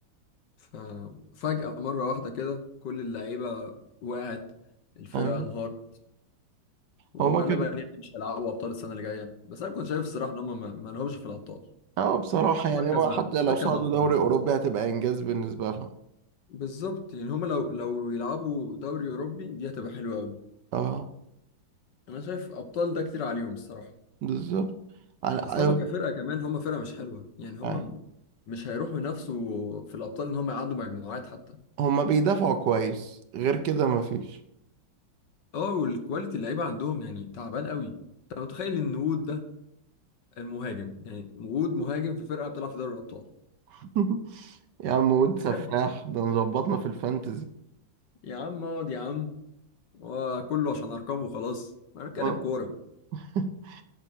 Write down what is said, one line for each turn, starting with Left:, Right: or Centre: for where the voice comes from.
Left: ففجأة مرة واحدة كده كل اللعيبة وقعت الفرقة
Right: أيوة.
Left: انهارت وغالبا
Right: هما كانوا
Left: يعني مش هيلعبوا أبطال السنة اللي جاية بس أنا كنت شايف الصراحة إن هم ما ما لهمش في الأبطال
Right: اه بصراحة يعني
Left: مركز
Right: هو حتى
Left: على
Right: لو
Left: مركز
Right: صعدوا
Left: على الفاضي
Right: دوري أوروبي هتبقى إنجاز بالنسبة لهم
Left: بالظبط يعني هم لو لو يلعبوا دوري أوروبي دي هتبقى حلوة أوي
Right: اه
Left: أنا شايف أبطال ده كتير عليهم الصراحة
Right: بالظبط على
Left: اصل
Right: أيوة،
Left: هم كفرقه كمان هم فرقه مش حلوه يعني هم
Right: يعني
Left: مش هيروحوا ينافسوا في الابطال ان هم يعدوا مجموعات حتى
Right: هما بيدافعوا كويس غير كده مفيش
Left: اه والكواليتي اللعيبه عندهم يعني تعبان قوي انت متخيل ان وود ده المهاجم يعني وود مهاجم في فرقه بتلعب في دوري الابطال
Right: <laughs> يا عم واد سفاح
Left: بجد يعني
Right: ده مظبطنا في الفانتزي
Left: يا عم اقعد يا عم وكله عشان ارقام وخلاص انا بتكلم
Right: ما-
Left: كوره
Right: <laughs>